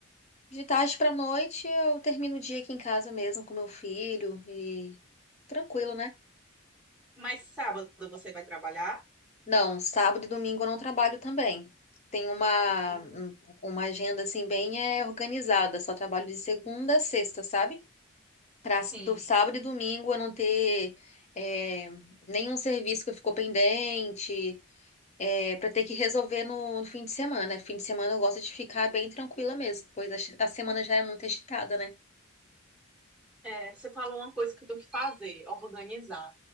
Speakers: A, on the left; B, in the centre.
A: de tarde para noite eu termino o dia aqui em casa mesmo com meu filho e tranquilo, né?
B: Mas sábado você vai trabalhar?
A: Não, sábado e domingo eu não trabalho também. Tem uma
B: Hum,
A: um- uma agenda assim bem é, organizada, só trabalho de segunda a sexta, sabe? Para
B: sim.
A: do sábado e domingo eu não ter é, nenhum serviço que ficou pendente, É, para ter que resolver no, no fim de semana. Fim de semana eu gosto de ficar bem tranquila mesmo, pois a, a semana já é muito agitada, né?
B: É, você falou uma coisa que eu tenho que fazer, organizar.